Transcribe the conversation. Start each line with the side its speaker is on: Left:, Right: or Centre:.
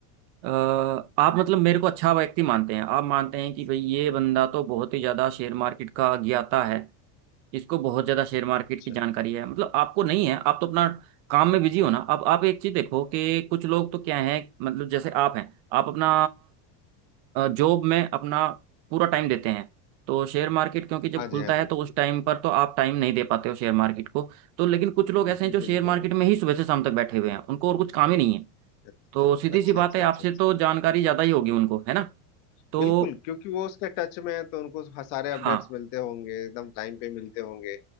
Right: अ, आप मतलब मेरे को अच्छा व्यक्ति मानते हैं आप मानते हैं कि भाई ये बंदा तो बहुत ही ज़्यादा शेयर मार्केट का ज्ञाता है इसको बहुत ज़्यादा शेयर मार्केट
Left: अच्छा
Right: की जानकारी
Left: अच्छा।
Right: है मतलब आपको नहीं है आप तो अपना काम में बिजी हो ना अब आप एक चीज़ देखो कि कुछ लोग तो क्या है मतलब जैसे आप हैं आप अपना जॉब में अपना पूरा टाइम देते हैं तो शेयर मार्केट क्योंकि जब
Left: हाँ
Right: खुलता
Left: जी हाँ
Right: है
Left: जी
Right: तो उस टाइम पर तो आप टाइम नहीं दे पाते हो शेयर मार्केट को तो लेकिन कुछ लोग ऐसे
Left: जी
Right: हैं जो शेयर
Left: बिल्कुल
Right: मार्केट में ही सुबह से शाम तक बैठे हुए हैं उनको और कुछ काम ही नहीं है
Left: अच्छा
Right: तो
Left: अच्छा
Right: सीधी सी बात
Left: अच्छा
Right: है
Left: अच्छा
Right: आपसे
Left: अच्छा
Right: तो जानकारी ज़्यादा ही होगी उनको है ना तो
Left: बिल्कुल क्योंकि वो उसके टच में है तो उनको ह- सारे
Right: हाँ
Left: अपडेट्स मिलते होंगे एकदम टाइम पे मिलते होंगे